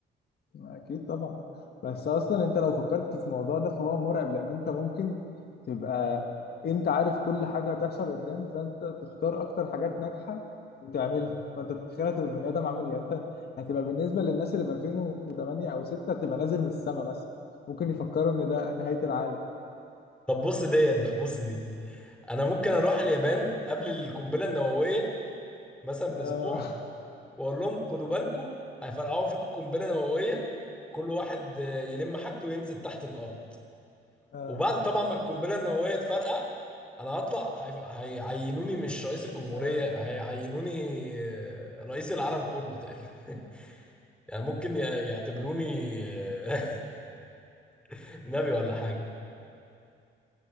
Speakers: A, on the left (about 55°); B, in the centre.
A: اكيد طبعا بس اصلا انت لو فكرت في الموضوع ده فهو مرعب لان انت ممكن تبقى انت عارف كل حاجة هتحصل قدام فانت تختار اكتر حاجات ناجحة وتعملها فانت تتخيل هتبقى بني ادم عامل إيه. يعني انت هتبقى بالنسبة للناس اللي في 2008 او 6 هتبقى نازل من السما مثلا ممكن يفكروا ان ده نهاية العالم
B: طب بص ديت بقى بص دي انا ممكن اروح اليابان قبل القنبله النوويه مثلا
A: آه.
B: باسبوع واقول لهم خدوا بالكم هيفرقعوا فيكم قنبله نوويه كل واحد آه، يلم حاجته وينزل تحت الارض
A: آه،
B: وبعد طبعا ما القنبله النوويه تفرقع انا هطلع هيف- هيعينوني مش رئيس الجمهوريه
A: آه.
B: هيعينوني آه، رئيس العالم كله تقريبا <laughs> يعني ممكن ي- يعتبروني آه، <laughs> نبي ولا حاجه